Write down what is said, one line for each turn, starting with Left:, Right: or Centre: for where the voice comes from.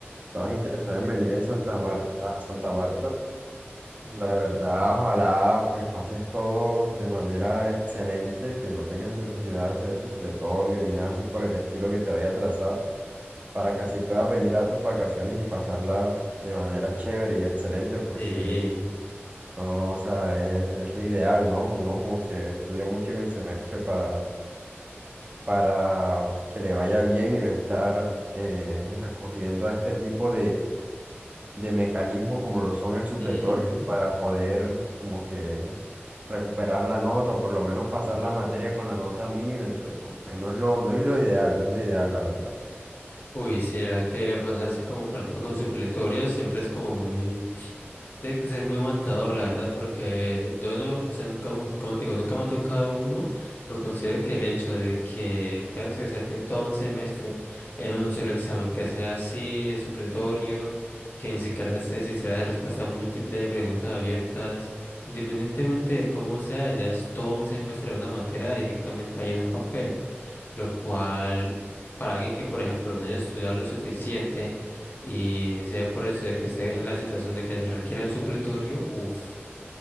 Right: estabas interesado en venir en Santa Marta, a Santa Marta.
Left: Ujú.
Right: La verdad, ojalá pues pases todo de manera excelente, que no tengas necesidad de hacer supletorio ni nada así por el estilo que te vaya a trazar, para que así puedas venir a tus vacaciones y pasarla de manera chévere y excelente, porque
Left: Sí.
Right: no, o sea, es, es lo ideal, ¿no? Uno como que estudia mucho en el semestre para, para que le vaya bien y no estar eh, recurriendo a este tipo de mecanismos como lo son el supletorio
Left: ujú.
Right: para poder como que recuperar la nota o por lo menos pasar la materia con la nota mínima, entonces como que no es lo, no es lo ideal, no es lo ideal, la verdad.
Left: Uy, sí, la verdad que pasa así como por ejemplo con supletorios, siempre es como muy Tiene que ser muy matador, la verdad, porque yo no, o sea, nunca- como te digo, nunca me ha tocado uno, pero considero que el hecho de que tengas que hacerte todo un semestre en un solo examen, que sea así de supletorio, que ni siquiera sé si será de respuesta múltiple, de preguntas abiertas, independientemente de cómo sea, ya es todo un semestre de una materia directamente ahí en un papel lo cual para alguien que, por ejemplo, no haya estudiado lo suficiente y sea por eso de que esté en la situación de que requiera un supletorio, uff,